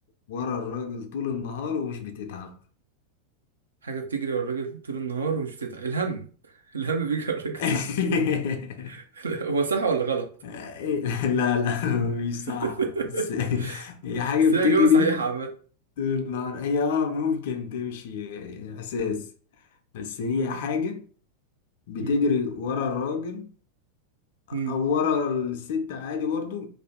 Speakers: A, on the left (about 50°); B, on the right (about 75°).
A: ورا الراجل طول النهار ومش بتتعب
B: حاجة بتجري ورا الراجل طول النهار ومش بتتعب الهم الهم بيجري ورا الراجل
A: <laughs>
B: طول <laughs> هو صح ولا غلط؟
A: لا لا مش صح
B: <laughs>
A: بس هي حاجة
B: بس
A: بتجري
B: هي إجابة صحيحة عامة
A: طول النهار هي اه ممكن تمشي آه، اساس بس هي
B: مم.
A: حاجة بتجري
B: مم.
A: ورا الراجل
B: مم.
A: أو ورا الست عادي برضو